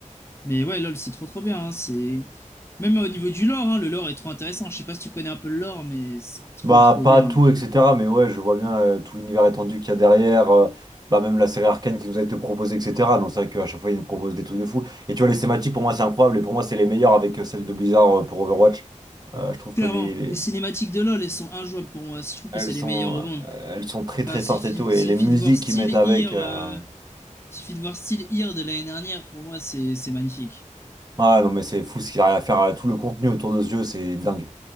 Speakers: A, on the left; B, on the right.
A: Mais ouais, LoL, c'est trop, trop bien. hein, C'est Même au niveau du lore, hein, le lore est trop intéressant. Je sais pas si tu connais un peu le lore, mais c'est trop,
B: Bah,
A: trop
B: pas
A: bien.
B: tout, etc. Mais ouais, je vois bien euh, tout l'univers étendu qu'il y a derrière. euh, bah, même la série Arcane qui nous a été proposée, etc. Donc, c'est vrai qu'à chaque fois, ils nous proposent des trucs de fou. Et tu vois, les thématiques, pour moi, c'est incroyable. Et pour moi, c'est les meilleures avec euh, celles de Blizzard euh, pour Overwatch. Euh, je trouve que
A: Clairement,
B: les, les-
A: les cinématiques de LoL, elles sont injouables pour moi. Je trouve
B: Elles
A: que c'est
B: sont...
A: les meilleures au
B: euh,
A: monde.
B: Elles sont très, très
A: Enfin, suffit,
B: fortes et tout. Et
A: suffit
B: les musiques
A: de voir Still
B: qu'ils mettent avec.
A: Here,
B: euh,
A: euh, suffit de voir Still Here de l'année dernière. Pour moi, c'est c'est magnifique.
B: Ah, non, mais c'est fou ce qu'il arrive à faire. euh, Tout le contenu autour de ce jeu, c'est dingue.